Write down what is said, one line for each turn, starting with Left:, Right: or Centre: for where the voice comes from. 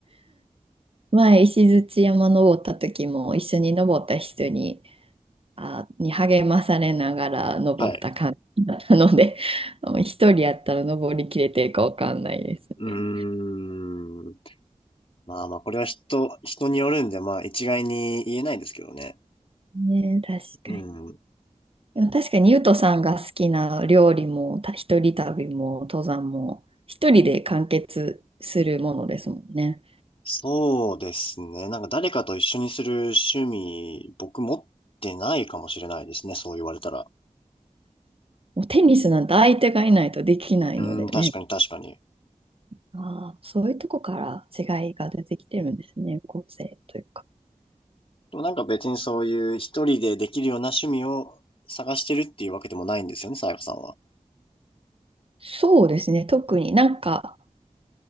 Right: 前石鎚山登った時も一緒に登った人に、あ、に励まされながら登った感じだったので、
Left: はい。
Right: <laughs> 一人やったら登りきれてるかわかんないですね。
Left: うーん。まあまあ、これは人、人によるんで、まあ、一概に言えないですけどね。
Right: ねえ、確かに。
Left: うん。
Right: でも確かにゆうとさんが好きな料理も、た一人旅も登山も、一人で完結するものですもんね。
Left: そうですね。なんか誰かと一緒にする趣味、僕持ってないかもしれないですね。そう言われたら。
Right: もうテニスなんて相手がいないとできないのでね。
Left: うん、確かに確かに。
Right: ああ、そういうとこから違いが出てきてるんですね、個性というか。
Left: でもなんか別にそういう一人でできるような趣味を探してるっていうわけでもないんですよね、さやかさんは。
Right: そうですね、特になんか、